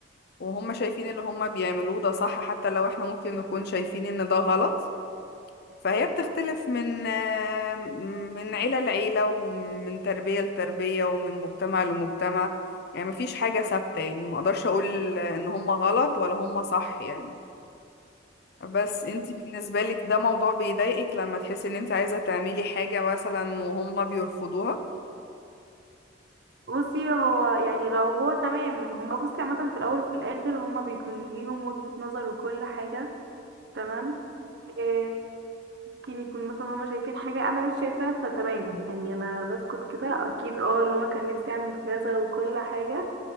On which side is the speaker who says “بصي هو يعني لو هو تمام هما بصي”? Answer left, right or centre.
Right